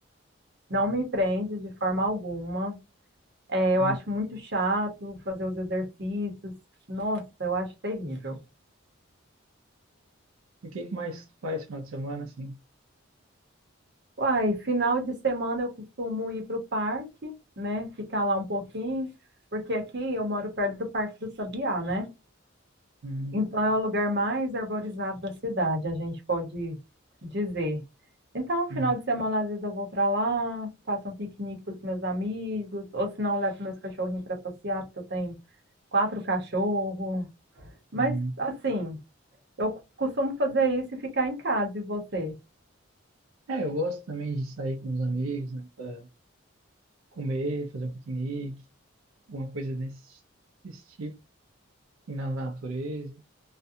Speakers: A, on the right; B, on the right.
A: não me prende de forma alguma. É, eu
B: Uhum.
A: acho muito chato fazer os exercícios. Nossa, eu acho terrível.
B: E o que que mais tu faz final de semana, assim?
A: Uai, final de semana eu costumo ir para o parque, né? Ficar lá um pouquinho, porque aqui eu moro perto do Parque do Sabiá, né?
B: Uhum.
A: Então, é o lugar mais arborizado da cidade, a gente pode dizer. Então, final
B: Uhum.
A: de semana, às vezes eu vou para lá, faço um piquenique com os meus amigos, ou se não, levo meus cachorrinhos para passear, porque eu tenho quatro cachorros. Mas,
B: Uhum.
A: assim, eu costumo fazer isso e ficar em casa, e você?
B: É, eu gosto também de sair com os amigos, né? Pra comer, fazer um piquenique, alguma coisa desse, desse tipo. Ir Na natureza,